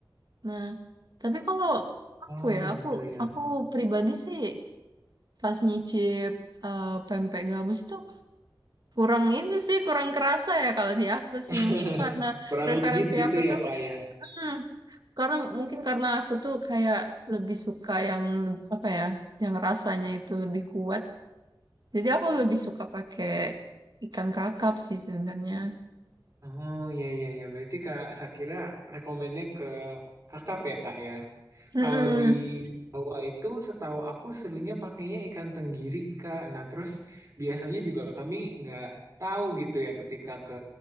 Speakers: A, on the right; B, on the right.
A: Nah, tapi kalau aku
B: Oh,
A: ya, aku
B: gitu ya.
A: aku pribadi sih pas nyicip eh, pempek gabus itu Kurang ini sih, kurang kerasa ya kalau di aku sih.
B: <laughs>
A: Mungkin karena
B: Kurang
A: preferensi
B: legit gitu
A: aku
B: ya,
A: tuh,
B: Kak, ya.
A: hmm, karena mungkin karena aku tuh kayak lebih suka yang leb- apa ya, yang rasanya itu lebih kuat. Jadi aku lebih suka pakai ikan kakap sih sebenarnya.
B: Oh, iya, iya, iya. Berarti Kak Sakira rekomennya ke Kakak ya, Kak, ya?
A: Mm-mm.
B: Kalau di Jawa itu setahu aku seringnya pakainya ikan tenggiri, Kak. Nah, terus biasanya juga kami nggak tahu gitu ya ketika ke